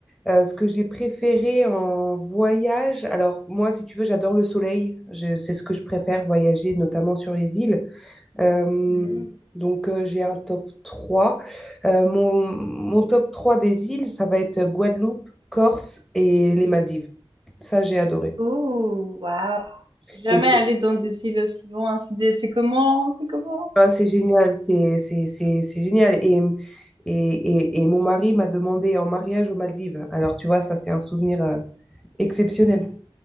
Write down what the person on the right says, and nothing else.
Mhm.
Oh, waouh. Je suis jamais
allée dans des îles aussi loin. C'est des- c'est comment? C'est comment?